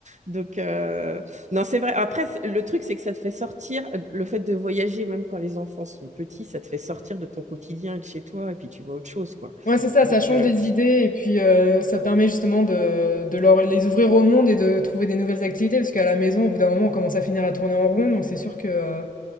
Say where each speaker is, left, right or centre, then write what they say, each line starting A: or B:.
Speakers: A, on the right; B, on the left.
A: Donc, euh, non, c'est vrai. Après, c'est- le truc, c'est que ça te fait sortir, le fait de voyager, même quand les enfants sont petits, ça te fait sortir de ton quotidien et de chez toi, et puis tu vois autre chose, quoi.
B: Ouais, c'est ça,
A: Donc,
B: ça change
A: euh,
B: les idées et puis euh, ça permet justement de, de leur, les ouvrir au monde et de trouver des nouvelles activités, parce qu'à la maison, au bout d'un moment, on commence à finir à tourner en rond, donc c'est sûr que... euh,